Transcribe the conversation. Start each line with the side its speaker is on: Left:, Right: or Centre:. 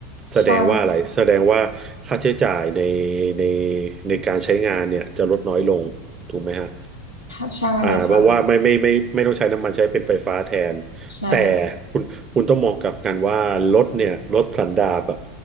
Right: แสดงว่าอะไรแสดงว่าค่าใช้จ่ายใน
Left: ใช่
Right: ในในการใช้งานเนี่ยจะลดน้อยลงถูกไหมฮะ
Left: ค่ะใช่ค่ะ
Right: อ่าเพราะว่าไม่ไม่ไม่ไม่ไม่ต้องใช้น้ำมันใช้เป็นไฟฟ้าแทน
Left: ใช่
Right: แต่คุณคุณต้องมองกลับกันว่ารถเนี่ยรถสันดาปอะ